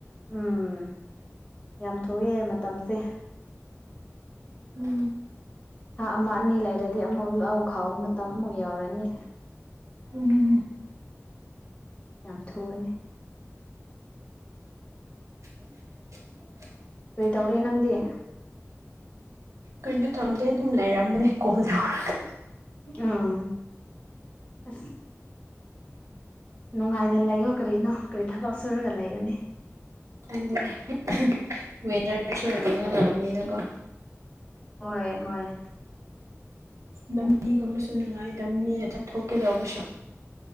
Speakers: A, on the left; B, on the right.
A: ꯎꯝ ꯌꯥꯝ ꯊꯨꯏꯑꯦ ꯃꯇꯝꯁꯦ
B: ꯎꯝ
A: ꯍꯥ ꯑꯃ ꯑꯅꯤ ꯂꯩꯔꯗꯤ ꯑꯃꯨꯛ ꯂꯧ ꯈꯥꯎꯕ ꯃꯇꯝ ꯑꯃꯨꯛ ꯌꯥꯎꯔꯅꯤ
B: ꯎꯝ
A: ꯌꯥꯝ ꯊꯨꯕꯅꯦ
B: ꯎ
A: ꯀꯩ ꯇꯧꯔꯦ ꯅꯪꯗꯤ
B: ꯀꯩꯅꯣ ꯇꯧꯗꯦ ꯑꯗꯨꯝ ꯂꯩꯔꯝꯕꯅꯦ ꯀꯣꯜ ꯇꯧꯔꯒ
A: ꯎ ꯑ ꯅꯨꯡꯉꯥꯏꯅ ꯂꯩꯌꯣ ꯀꯔꯤꯅꯣ ꯀꯔꯤ ꯊꯕꯛ ꯁꯨꯔꯒ ꯂꯩꯒꯅꯤ
B: ꯑꯗꯒꯤ ꯋꯗꯔꯁꯨꯅ ꯂꯕꯅꯤꯅꯀꯣ
A: ꯍꯣꯏ ꯍꯣꯏ
B: ꯂꯝꯕꯤ ꯒꯨꯝꯕꯁꯨ ꯅꯨꯡꯉꯥꯏꯇꯕꯅꯤ ꯆꯠꯊꯣꯛꯀꯦ ꯇꯧꯕꯁꯨ